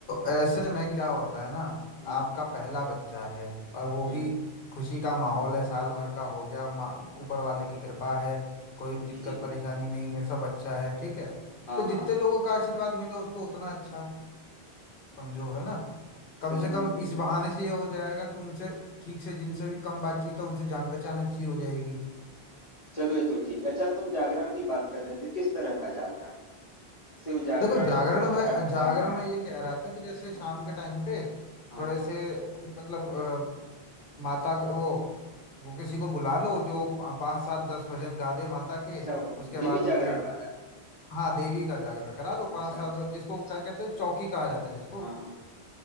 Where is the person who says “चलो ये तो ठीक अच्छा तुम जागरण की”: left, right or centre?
Left